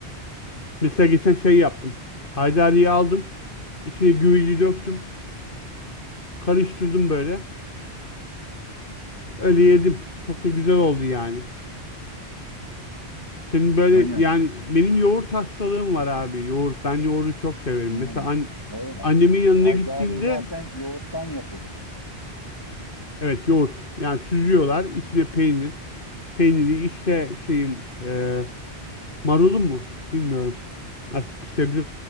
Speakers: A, on the left (about 50°); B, on the left (about 20°).
A: mesela geçen şey yaptım. Haydari'yi aldım. İçine güveci döktüm. Karıştırdım böyle. Öyle yedim. Çok da güzel oldu yani. Senin böyle
B: Aynen.
A: yani benim yoğurt hastalığım var abi. Yoğurt. Ben yoğurdu çok severim.
B: Aynen.
A: Mesela an-
B: Doğru.
A: annemin yanına
B: Haydari
A: gittiğimde
B: zaten yoğurttan yapılıyor.
A: evet yoğurt. Yani süzüyorlar. içine peynir. Peyniri işte şeyim e, marulum mu? Bilmiyorum. Artık bir sebze